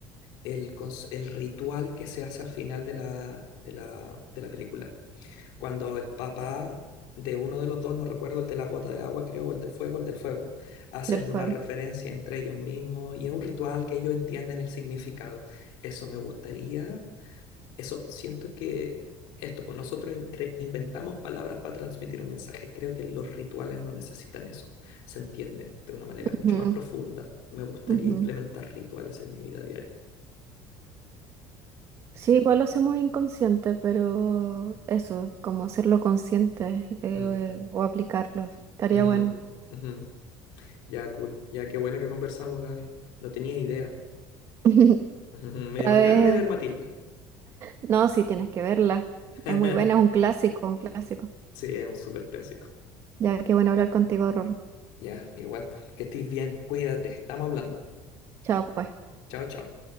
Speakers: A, on the left (about 75°); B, on the right (about 35°).
A: el, cons- el ritual que se hace al final de la, de la, de la película. Cuando el papá de uno de los dos, no recuerdo el de la gota de agua, creo, o el del fuego, el del fuego, hacen
B: del fuego?
A: una referencia entre ellos mismos y es un ritual que ellos entienden el significado. Eso me gustaría eso siento que esto, pues nosotros in- cre- inventamos palabras para transmitir un mensaje. Creo que los rituales no necesitan eso. Se entienden de una manera
B: <laughs>
A: mucho más profunda. Me gustaría
B: Ujú.
A: implementar rituales en mi vida diaria.
B: Sí, igual lo hacemos inconsciente, pero eso, como hacerlo consciente eh,
A: Mm,
B: o aplicarlo, estaría
A: mm,
B: bueno.
A: ujú. Ya, cool. Ya, qué bueno que conversamos, Gaby. No tenía idea.
B: <laughs>
A: Ujú, ujú. Me
B: Cada
A: dieron
B: vez,
A: ganas de ver Matilda.
B: no, sí tienes que verla.
A: <laughs>
B: Es muy buena, es un clásico, un clásico.
A: Sí, es un súper clásico.
B: Ya que bueno hablar contigo, Rorro.
A: Ya, igual, pues, que estés bien. Cuídate. Estamos hablando.
B: Chao, pues.
A: Chao, chao.